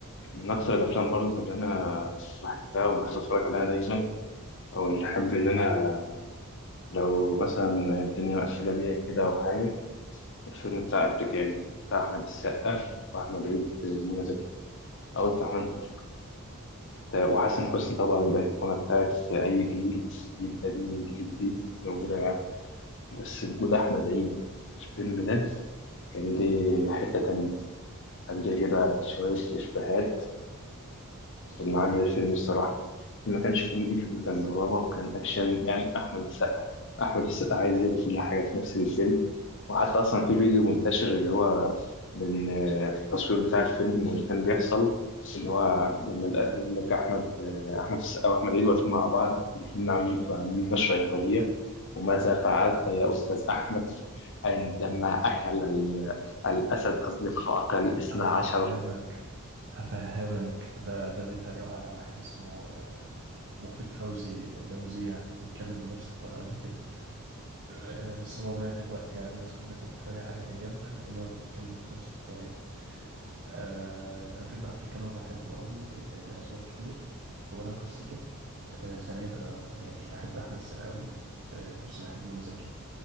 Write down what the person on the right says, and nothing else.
هفهمك
هفهمك ده ده بيتريقوا على واحد اسمه آه، مفيد فوزي ده مذيع بيتكلم بنفس الطريقة دي كده آه، بس هو مات دلوقتي يعني الناس كلها كانت بتتريق عليه أيامها لأن هو بيتكلم بنفس الطريقة آه، أنا فيلم أفريكانو بحبه قوي آه، لأسباب كتير أولا قصته آه، ثانيا أنا ما ب- يعني مش بحب أحمد السقا قوي آه، بس بحب منى زكي